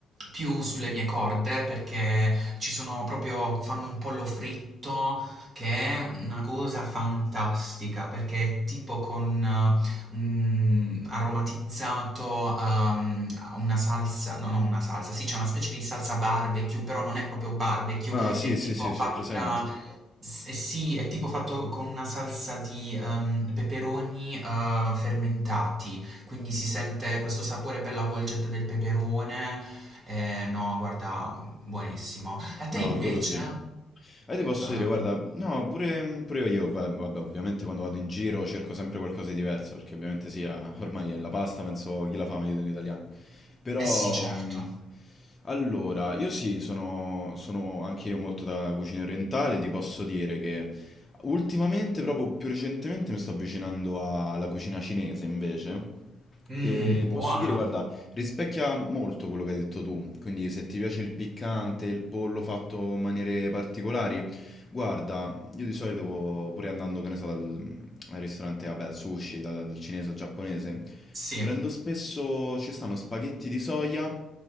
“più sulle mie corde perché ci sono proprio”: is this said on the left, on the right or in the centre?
Right